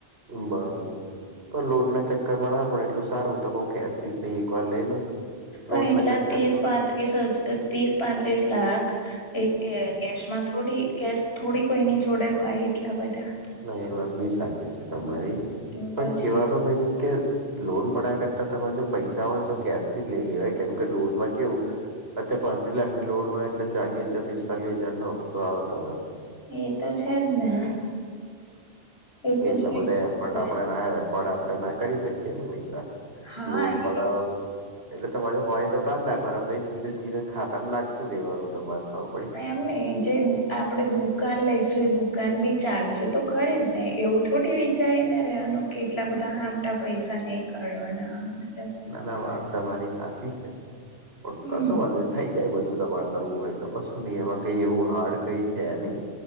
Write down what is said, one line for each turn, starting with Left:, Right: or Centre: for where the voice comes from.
Right: બરાબર. તો લોન ના ચક્કરમાં ના પડે એટલું સારું તો હુ કેશ થી જ એક વાર લઈ લો. લોન
Left: પણ એટલા
Right: ના ચક્કરમાં
Left: ત્રીસ પાંત્રીસ હજ ત્રીસ પાંત્રીસ લાખ એ કે કેશમાં થોડી કેશ થોડી કોઈની જોડે હોય એટલા બધા
Right: ના એ વાત બી સાચી છે, તમારી
Left: તો પછી
Right: પણ કેવાનો મિનિંગ કે લોન પડાયા કરતા તમે જો પૈસા હોય તો કેશ થી જ લઈ લેવાય હોય કેમ કે લોનમાં કેવું અત પાંત્રી લાખની લોન હોય એટલે ચાલીસ હજાર પિસ્તાલીસ હજાર નો હપ્તો આવે તમારો.
Left: એ તો છેજ ને. એ તો
Right: એટલા
Left: જોઈ
Right: બધા એફર્ટ આપણે ના એફોર્ડ આપણે ના કરી શકીએ ને પૈસા.
Left: હા
Right: લોન
Left: એ
Right: પડાવો એટલે તમારે હોય તો કાઢ નાખવાના પછી ધીરે ધીરે ખાતા નાખ તું રહેવાનું તમારે ખબર પડી.
Left: મને જે આપણે દુકાન લઈશું એ દુકાન બી ચાલશે તો ખરીજ ને. એવું થોડી વિચારીને રેવાનું કે એટલા બધા આમટા પૈસા નહીં કાઢવાના આમને
Right: ના ના વાત તમારી સાચી છે પણ
Left: હમ
Right: કશું વાંધો થઈ જાય બધું તમારુ. કરવું હોય તો કશું નઈ એમાં કઈ એવું હાર્ડ કઈ છે નઈ.